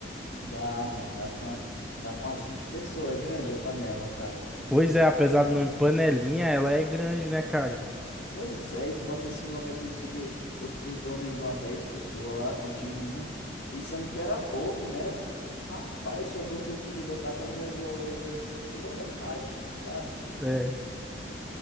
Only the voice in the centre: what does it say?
Pois é, apesar do nome Panelinha, ela é grande, né, cara?
É.